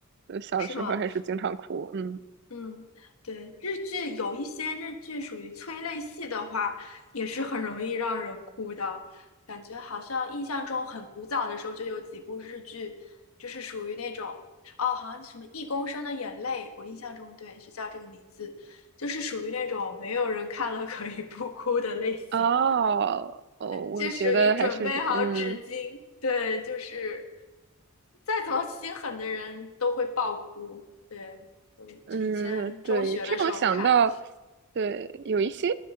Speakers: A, on the right; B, on the left.
A: 呃小时候还是经常哭。
B: 是吗？
A: 嗯，
B: 嗯，对，日剧有一些日剧属于催泪戏的话，也是很容易让人哭的，感觉好像印象中很古早的时候就有几部日剧，就是属于那种哦，好像什么《一公升的眼泪》，我印象中对是叫这个名字，就是属于那种没有人看了可以不哭的类型。
A: 哦哦，我觉得还是嗯
B: 就属于准备好纸巾。对，就是再怎么心狠的人都会爆哭。对，我这以前中学的时候看，
A: 嗯，对，这样想到，对，有一些